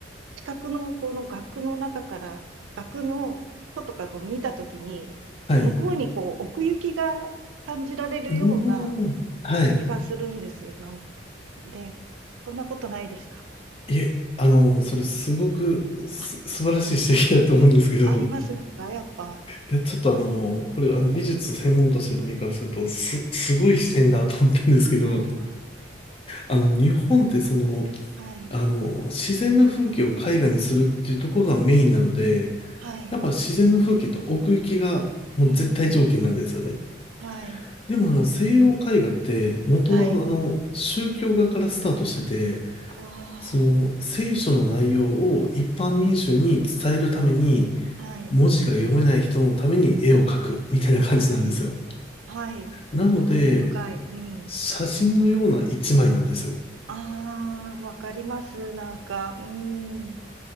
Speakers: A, on the right; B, on the left.
A: う、四角のこの額の中から、額の外からこう見たときに、
B: はい。
A: 向こうにこう奥行きが感じられるような
B: うーん、はい。
A: 気がするんですよ。なんで、そんなことないですか
B: いえ、あの、それすごくす素晴らしい指摘だと思うんですけど、
A: あ、ありますか、やっぱ。
B: いや、ちょっとあの、これ、あの、美術専門としてる身からすると、す、すごい視点だと思ったんですけど、
A: あ
B: あの、日本ってその、
A: あ、はい、
B: あの、自然の風景を絵画にするっていうところがメインなので、
A: はい、
B: やっぱ自然の風景と奥行きがもう絶対条件なんですよね。
A: うんうん、はい、
B: でもあの、西洋絵画って元はあの、
A: はい、
B: 宗教画からスタートしてて、
A: あ
B: その聖書の内容を一般民衆に伝えるために、
A: あ、はい、
B: 文字が読めない人のために絵を描くみたいな感じなんですよ。
A: はい、はい、
B: なので、
A: 興味深い、うん。
B: 写真のような一枚なんですよ。
A: ああ、わかります、なんか、うん、